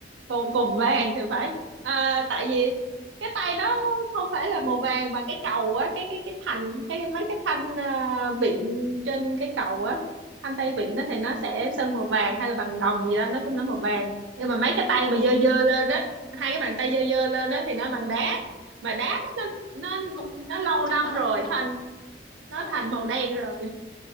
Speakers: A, on the right; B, on the left.
A: cùng cùng vàng thì phải à, tại
B: ờ
A: vì cái tay nó
B: ờ
A: không phải là màu vàng mà cái cầu á cái cái cái thành cái mấy cái thanh à, vịn trên cái cầu á thanh tay vịn đó thì nó sẽ sơn màu vàng hay là bằng đồng gì đó nói chung nó màu vàng nhưng mà mấy cái tay
B: ờ
A: mà dơ dơ lên á hai cái bàn tay dơ dơ lên á thì nó
B: ờ
A: bằng
B: ờ,
A: đá
B: ờ.
A: mà đá đó nó nó
B: cậu
A: nó lâu
B: chạm
A: năm
B: vào
A: rồi
B: à chạm
A: thành nó
B: ờ
A: thành màu đen rồi